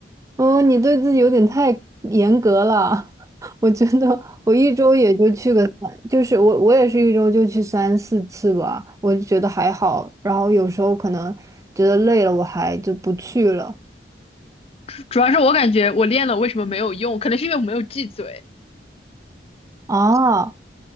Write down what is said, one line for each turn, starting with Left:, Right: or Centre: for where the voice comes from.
Right: 嗯，你对自己有点太严格了。<laughs> 我觉得我一周也就去个三，就是我我也是一周就去三四次吧，我就觉得还好。然后有时候可能觉得累了，我还就不去了。
Left: 主主要是我感觉我练了为什么没有用？可能是因为我没有记嘴。
Right: 啊，